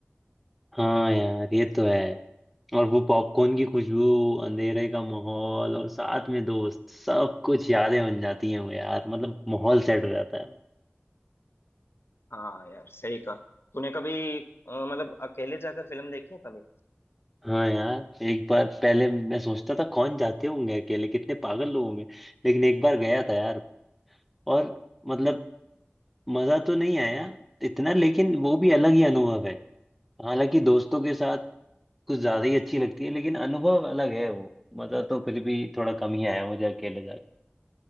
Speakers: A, in the centre; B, on the left.
A: हाँ यार ये तो है और वो पॉपकॉर्न की खुशबू अंधेरे का माहौल और साथ में दोस्त सब कुछ यादें बन जाती हैं वो यार मतलब माहौल सेट हो जाता है
B: हाँ यार सही कहा तूने कभी अ, मतलब अकेले जाकर फिल्म देखी है कभी
A: हाँ यार एक बार पहले मैं सोचता था कौन जाते होंगे अकेले कितने पागल लोग होंगे लेकिन एक बार गया था यार और मतलब मजा तो नहीं आया इतना लेकिन वो भी अलग ही अनुभव है हालांकि दोस्तों के साथ कुछ ज्यादा ही अच्छी लगती है लेकिन अनुभव अलग है वो मजा तो फिर भी थोड़ा कम ही आया मुझे अकेले जाकर